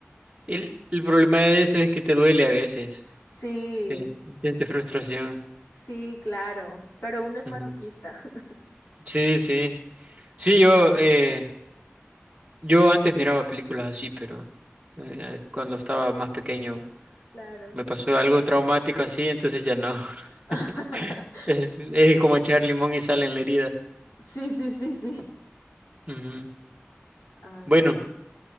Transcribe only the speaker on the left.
Sí,
sí, claro, pero uno es
masoquista. <laughs>
Claro.
<laughs>
Sí, sí, sí, sí.
Ay,
no.